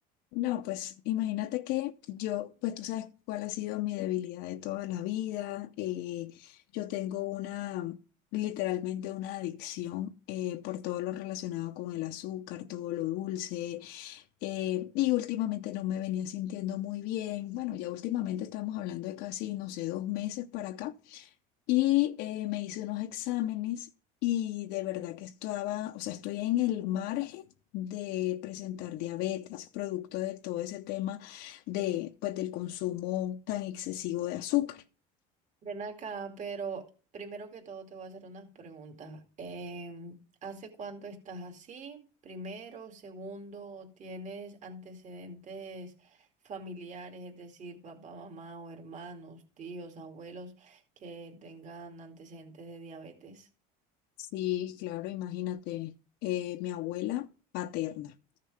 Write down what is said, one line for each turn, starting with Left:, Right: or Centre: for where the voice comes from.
Left: No, pues imagínate que yo, pues tú sabes cuál ha sido mi debilidad de toda la vida. eh, yo tengo una, literalmente una adicción eh, por todo lo relacionado con el azúcar, todo lo dulce. eh, y últimamente no me venía sintiendo muy bien. Bueno, ya últimamente estamos hablando de casi, no sé, dos meses para acá. Y eh, me hice unos exámenes y de verdad que estaba, o sea, estoy en el margen de presentar diabetes, producto de todo ese tema de, pues, del consumo tan excesivo de azúcar.
Right: Ven acá, pero primero que todo te voy a hacer unas preguntas. Em, ¿hace cuánto estás así? Primero, segundo, ¿tienes antecedentes familiares, es decir, papá, mamá o hermanos, tíos, abuelos que tengan antecedentes de diabetes?
Left: Sí, claro, imagínate, eh, mi abuela paterna,